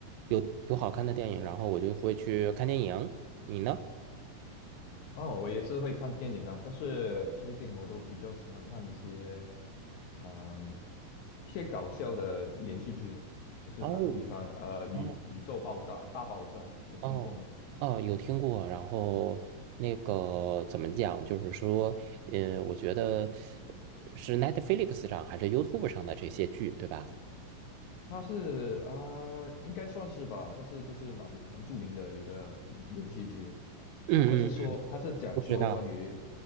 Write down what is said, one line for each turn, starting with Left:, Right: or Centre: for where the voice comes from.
Right: 有有好看的电影，然后我就会去看电影。你呢？
Left: 哦，我也是会看电影啊，但是最近我都比较喜欢看一些，嗯，一些搞笑的连续剧嘛。就是打个比方，
Right: 哦
Left: 呃，宇宇宙爆炸大爆炸，
Right: 哦，
Left: 你有听过吗？
Right: 哦哦，有听过。然后那个怎么讲？就是说，呃，我觉得呃是 Netflix 上还是 YouTube 上的这些剧，对吧？
Left: 他是啊、呃应该算是吧，但是就是蛮蛮著名的一个连续剧
Right: 嗯嗯，
Left: 啊。他是说，
Right: 嗯
Left: 他是讲说关于
Right: 不知道。